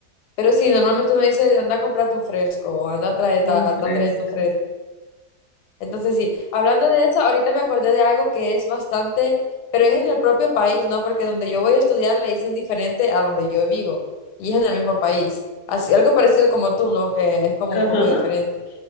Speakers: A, on the left (about 85°); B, on the left (about 65°).
A: Pero sí, normalmente uno dice, anda a comprarte un fresco, o anda a traerte,
B: No
A: anda
B: fresca.
A: a traerte un fresco. Entonces sí, hablando de eso, ahorita me acordé de algo que es bastante, pero es en el propio país, ¿no? Porque donde yo voy a estudiar le dicen diferente a donde yo vivo, y es en el mismo país. Así, algo parecido como tú, ¿no? Que es como
B: Ajá,
A: un poco diferente.